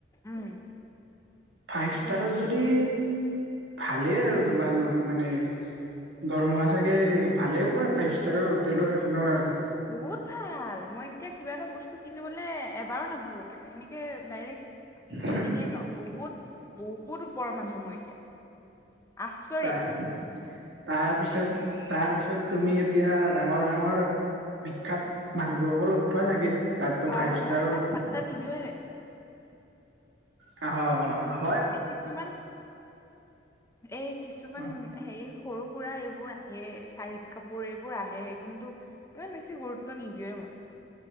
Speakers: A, on the left; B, on the right.
A: উম।
B: ফাইভ ষ্টাৰত
A: ত
B: যদি ভালেই আৰু তোমাৰ মানে দৰমহা চাগে ভালে পোৱা ফাইভ ষ্টাৰৰ হোটেলৰ এখনৰ আৰু
A: বহুত ভাল মই এতিয়া কিবা এটা বস্তু কিনিবলৈ এবাৰো নাভাবোতো এনেকে ডাইৰেক কিনিয়ে
B: উম
A: ন বহুত বহুত ওপৰৰ মানুহ মই এতিয়া। আচৰিত
B: তাৰ তাৰ পিছত তাৰ পিছত তুমি এতিয়া ডাঙৰ- ডাঙৰ বিখ্যাত মানুহবোৰকো লগ পোৱা চাগে। তাতটো
A: আহ
B: ফাইভ
A: মই
B: ষ্টাৰত
A: যাক তাক পাত্তা নিদিওঁৱে
B: অঁ।
A: এই কিছুমান এই কিছুমান
B: অ
A: হেৰি সৰু- সুৰা এইবোৰ আহে চাহিদ কাপোৰ এইবোৰ আহে কিন্তু ইমান বেছি গুৰুত্ব নিদিওয়ে মই।